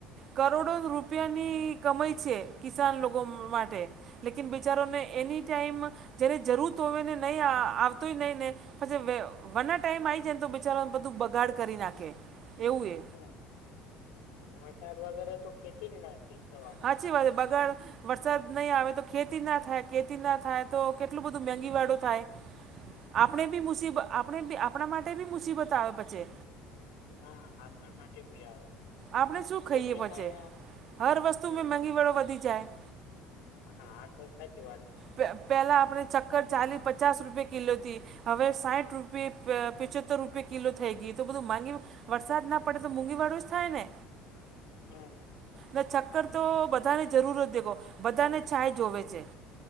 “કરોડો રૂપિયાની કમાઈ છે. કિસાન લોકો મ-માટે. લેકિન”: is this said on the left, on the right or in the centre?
Right